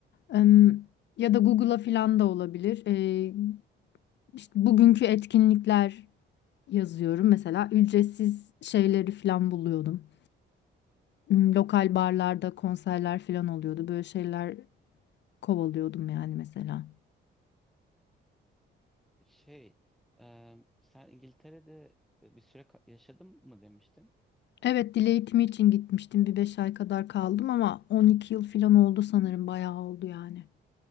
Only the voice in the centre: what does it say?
Şey e, sen İngiltere'de e, bir süre ka- yaşadın mı demiştin?